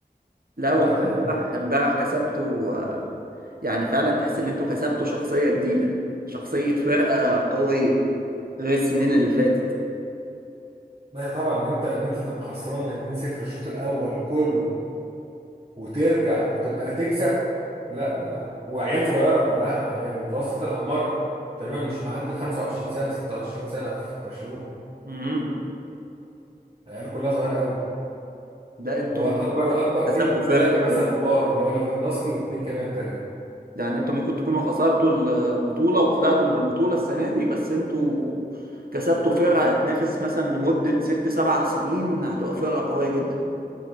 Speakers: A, on the right; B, on the right.
A: لا وانتوا
B: غلطه يعني
A: امبارح امبارح كسبتوا آه، يعني فعلا تحس ان انتوا كسبتوا شخصية جديدة شخصية فرقة قوية غير السنين اللي فاتت
B: لا طبعا ان انت ان انت تبقى خسران 2-0 الشوط الاول كله وترجع وتبقى تكسب لا ده وعيال صغيره كلها يعني متوسط الاعمار تقريبا مش معدي ال 25 سنه 26 سنه في برشلونه
A: امم
B: العيال كلها صغيره قوي
A: ده انتوا
B: هو اكبر اكبر
A: كسبتوا
B: في
A: فرقة
B: ثلاثه مثلا
A: بجد
B: كبار اللي هو ليفاندوسكي واثنين كمان تقريبا
A: يعني انتوا ممكن تكونوا خسرتوا البطولة وطلعتوا من البطولة السنة دي بس انتوا كسبتوا فرقة هتنافس مثلا لمدة ست سبع سنين هتبقى فرقة قوية جدا